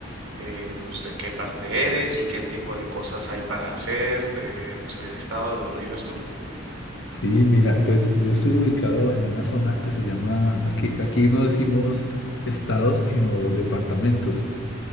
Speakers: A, on the right (about 70°); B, on the left (about 65°).
A: eh, pues de qué parte eres y qué tipo de cosas hay para hacer eh, pues en el estado de donde vives tú.
B: Sí, mira, pues yo estoy ubicado en una zona que se llama, aquí, aquí no decimos estados, sino departamentos.